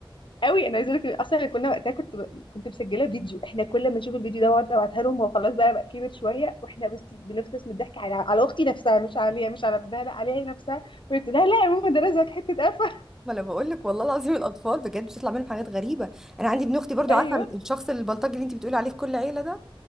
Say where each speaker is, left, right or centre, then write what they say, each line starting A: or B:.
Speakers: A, on the left; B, in the centre.
A: قوي انا عايزه اقول لك اصلا كنا وقتها كنت ب... كنت مسجله فيديو احنا كل ما نشوف الفيديو ده واقعد ابعتها لهم هو خلاص بقى بقى كبر شويه واحنا بس بنفطس من الضحك على... على اختي نفسها مش عليها مش على ابنها لا عليها هي نفسها وقلت لها لا يا ماما ده رزقك حته قفا
B: ما انا بقول لك والله العظيم الاطفال بجد بتطلع منهم حاجات غريبه انا عندي ابن اختي
A: <laughs>
B: برضو
A: ايوه
B: عارفه الشخص البلطجي اللي انت بتقولي عليه في كل عيله ده